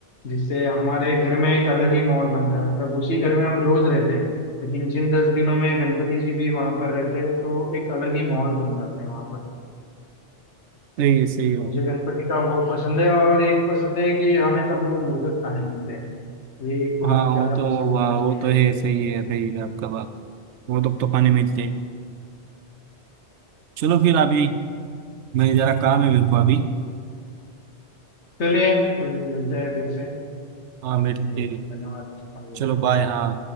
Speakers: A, on the left; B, on the right.
A: जिससे हमारे घर में एक अलग ही माहौल बनता है मतलब उसी घर में हम रोज रहते हैं लेकिन जिन दस दिनों में गणपति जी भी वहां पर रहते हैं तो एक अलग ही माहौल बन जाता है वहां पर
B: सही है सही है
A: मुझे गणपति का वो पसंद है और एक पसंद है कि हमें तब वो मोदक खाने मिलते हैं ये एक बहुत
B: हाँ
A: ज्यादा
B: वो तो
A: पसंदीदा
B: वाह वो
A: चीज
B: तो
A: है
B: है
A: मुझे
B: सही है सही है आपका बात वो लोग तो खाने में चाहिए चलो फिर अभी मैं जरा काम है मेरे को अभी
A: चलिए फिर मिलते हैं फिर से
B: हाँ मेरी
A: चलिए
B: तेरी
A: धन्यवाद अलविदा।
B: चलो बाय हाँ